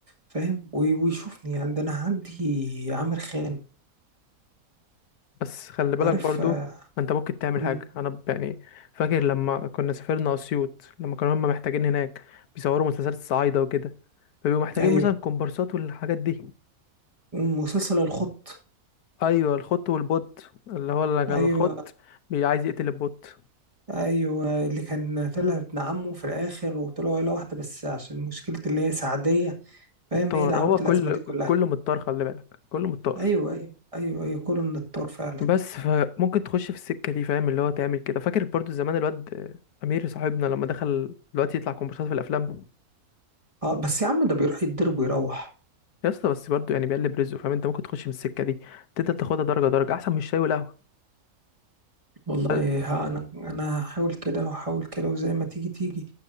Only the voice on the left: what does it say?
بس خلي بالك
برضو
ما انت ممكن تعمل
حاجة انا ب- يعني فاكر لما كنا سافرنا اسيوط لما كانوا هم محتاجين هناك بيصوروا مسلسلات الصعايدة وكده فبيبقوا محتاجين
مثلا كومبارسات والحاجات دي
ايوه الخط والبوت اللي هو اللي كان
الخط بي- عايز يقتل البوت
الطار
هو كل
كله متطار خلي بالك كله متطار
بس فممكن تخش في السكة دي فاهم اللي هو تعمل كده فاكر برضو زمان الواد آه، امير صاحبنا لما دخل دلوقتي يطلع كومبارسات في الافلام
يا اسطى بس برضه يعني بيقلب رزقه فاهم انت ممكن تخش من السكه دي تقدر تاخدها درجه درجه احسن من الشاي والقهوه
هل-